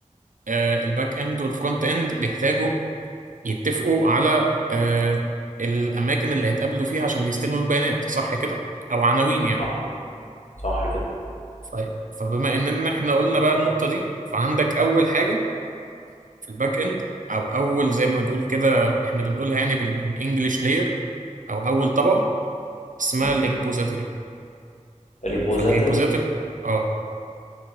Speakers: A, on the right; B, on the left.
A: آه، الباك اند والفرونت اند بيحتاجوا يتفقوا على آه، الاماكن اللي هيتقابلوا فيها عشان يستلموا البيانات صح كده او عناوين يعني
B: صح كده صح كده
A: ف- فبما اننا احنا قلنا بقى النقطة دي فعندك اول حاجة في الباك اند او اول زي ما بنقول كده احنا بنقولها يعني بالانجلش لاير او اول طبقة اسمها
B: امم
A: الريبوزيتوري
B: ريبوزاتري
A: فالريبوزيتوري اه